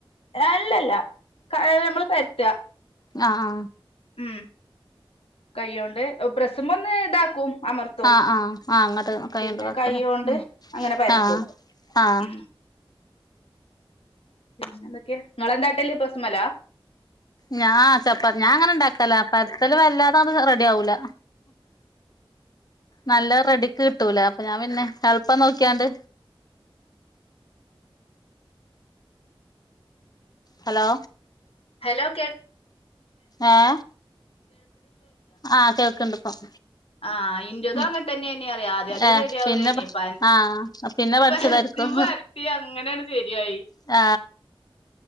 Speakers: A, on the left (about 85°); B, on the left (about 45°).
A: ഏയ് അല്ലല്ല നമ്മള് പരത്തുക
B: അ ആ
A: മ്മ് കൈ കൊണ്ട് പ്രസ്സുമേൽ ഒന്ന് ഇതാക്കും അമർത്തും
B: ആ ആ ആ അങ്ങോട്ട് കൈ
A: പിന്നെ
B: കൊണ്ട് ഇതാക്കുംല്ലേ
A: കൈയ്യോണ്ട്
B: മ്മ്
A: അങ്ങനെ പരത്തും
B: ആഹ് ആ
A: ഉം പിന്നെ എന്തൊക്കെയ നിങ്ങളെന്താട്ടല്ല് പ്രസ്സ്മലാ
B: ഞാൻ ചപ്പാത്തി ഞാൻ അങ്ങനെ ഇണ്ടാക്കല പരുത്തല് വല്ലാതെ അത് റെഡി ആവുല നല്ല റെഡിക്ക് കിട്ടൂല അപ്പൊ ഞാൻ പിന്നെ എളുപ്പം നോക്കിയാണ്ട് ഹലോ
A: ഹലോ കേൾക്ക
B: ഏ ആ കേൾക്കുന്നുണ്ട് ഇപ്പം
A: ആ ഇന്റതും
B: ഉം
A: അങ്ങൻ തന്നെ അറിയാം ആദ്യ അതേ
B: ഏഹ്
A: ശരിയാവലേന്നെ
B: പിന്നെ
A: ഇപ്പ
B: ആഹ് പിന്നെ പഠിച്ചതായിരിക്കും
A: പരത്തി അങ്ങനെയാ ശരിയായി
B: ആ